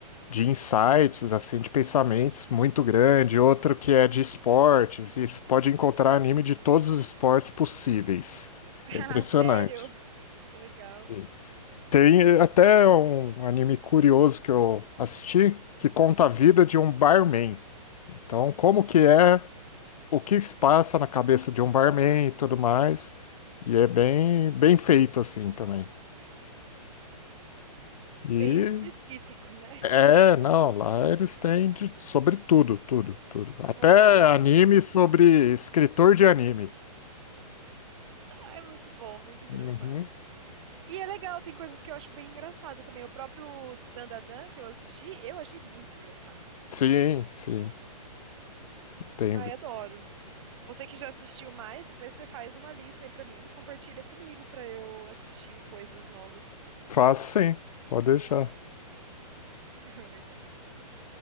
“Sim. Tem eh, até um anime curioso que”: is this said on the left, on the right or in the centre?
Left